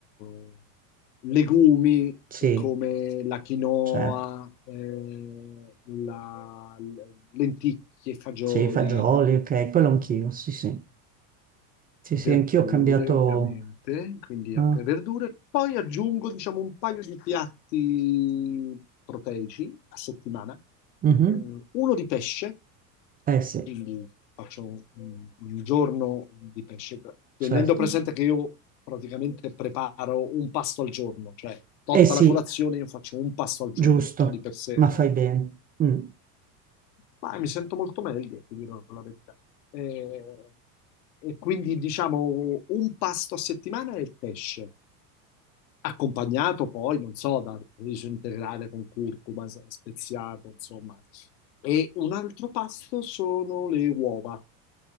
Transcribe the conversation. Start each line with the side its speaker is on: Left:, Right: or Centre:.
Left: eh, legumi
Right: Sì,
Left: come la quinoa,
Right: certo.
Left: eh, la- l- lenticchie, fagioli
Right: Sì, fagioli, ok, quello anch'io. Sì, sì. Sì,
Left: verdure
Right: sì, anch'io ho cambiato.
Left: ovviamente, quindi
Right: ah,
Left: altre verdure. Poi aggiungo, diciamo, un paio di piatti proteici a settimana,
Right: mhm.
Left: eh, uno di pesce,
Right: Eh sì,
Left: quindi faccio un, un giorno di pesce, tenendo
Right: certo.
Left: presente che io praticamente preparo un pasto al giorno, cioè tolta
Right: Eh sì,
Left: la colazione io faccio un pasto al giorno,
Right: giusto,
Left: già di per sé
Right: ma
Left: è
Right: fai bene. Mm.
Left: ma mi sento molto meglio, ti dirò la verità. E, e quindi diciamo un pasto a settimana è il pesce, accompagnato poi, non so, da riso integrale con curcuma s- speziato, insomma. E un altro pasto sono le uova.